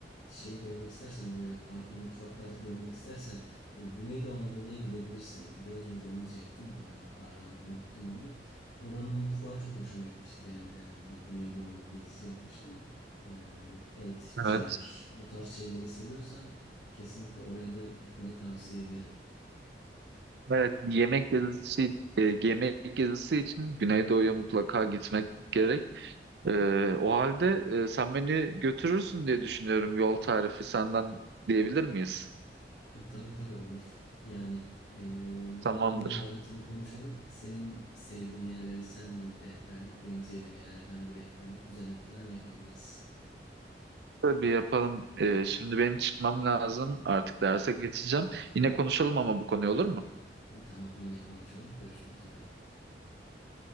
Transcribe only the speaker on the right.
Evet.
Evet. bir Yemek gezisi, e, yemek gezisi için Güneydoğu'ya mutlaka gitmek gerek. E, o halde e, sen beni götürürsün diye düşünüyorum. Yol tarifi senden diyebilir miyiz?
Tamamdır.
Böyle bir yapalım. E, şimdi benim çıkmam lazım. Artık derse geçeceğim. Yine konuşalım ama bu konuyu olur mu?